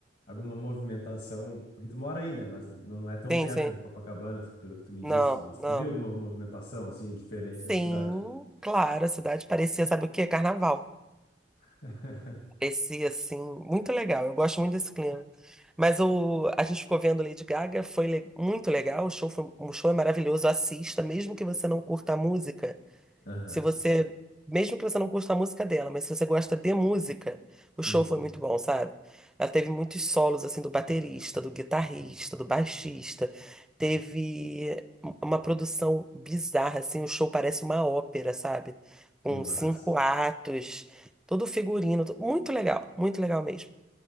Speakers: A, on the left (about 60°); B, in the centre.
A: alguma movimentação? Porque tu mora aí, né? Mas não é tão
B: Sim,
A: perto
B: sim.
A: de Copacabana, tu- pelo que tu me
B: Não,
A: disse, mas
B: não.
A: tu viu alguma movimentação, assim, diferente na
B: Sim,
A: cidade?
B: claro, a cidade parecia, sabe o quê? Carnaval.
A: <laughs>
B: Parecia, assim, muito legal. Eu gosto muito desse clima. Mas o, a gente ficou vendo Lady Gaga, foi le- muito legal. O show, foi, o show é maravilhoso. Assista, mesmo que você não curta a música.
A: Aham.
B: Se você, mesmo que você não curta a música dela, mas se você gosta de música, o show
A: Uhum.
B: foi muito bom, sabe? Ela teve muitos solos assim do baterista, do guitarrista, do baixista. Teve um, uma produção bizarra assim, o show parece uma ópera, sabe?
A: Que
B: Com
A: massa.
B: cinco atos, todo figurino, to- muito legal, muito legal mesmo.